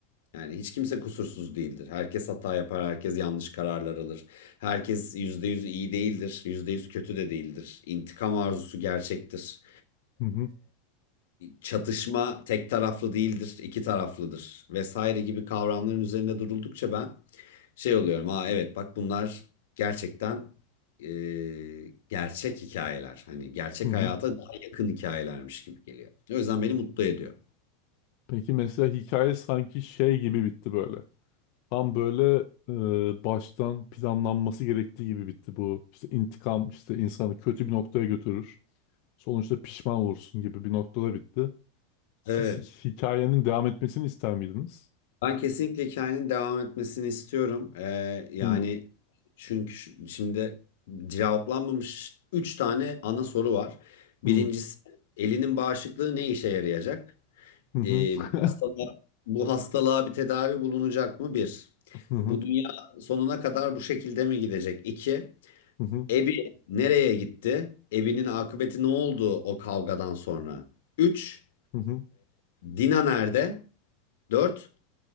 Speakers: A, on the left; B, on the left.
A: yani hiç kimse kusursuz değildir. Herkes hata yapar, herkes yanlış kararlar alır. Herkes %100 iyi değildir, %100 kötü de değildir. İntikam arzusu gerçektir.
B: Hı hı.
A: Çatışma tek taraflı değildir, iki taraflıdır vesaire gibi kavramların üzerinde duruldukça ben şey oluyorum. Aa evet bak bunlar gerçekten e, gerçek hikayeler. Hani gerçek
B: Hı hı.
A: hayata daha yakın hikayelermiş gibi geliyor. O yüzden beni mutlu ediyor.
B: Peki mesela hikaye sanki şey gibi bitti böyle. Tam böyle e, baştan planlanması gerektiği gibi bitti bu. İşte intikam işte insanı kötü bir noktaya götürür. Sonuçta pişman olursun gibi bir noktada bitti. Siz
A: Evet.
B: hi- hikayenin devam etmesini ister miydiniz?
A: Ben kesinlikle hikayenin devam etmesini istiyorum. Ee, yani
B: Hı
A: çünkü ş- şimdi cevaplanmamış 3 tane ana soru var. Birincisi
B: hı.
A: elinin bağışıklığı ne işe yarayacak?
B: Hı hı.
A: Ee,
B: <laughs>
A: bu hastalığa, bu hastalığa bir tedavi bulunacak mı? Bir.
B: Hı hı.
A: E, Bu dünya sonuna kadar bu şekilde mi gidecek? İki.
B: Hı hı.
A: Ebi nereye gitti? Ebi'nin akıbeti ne oldu o kavgadan sonra? Üç.
B: Hı hı.
A: Dina nerede? Dört.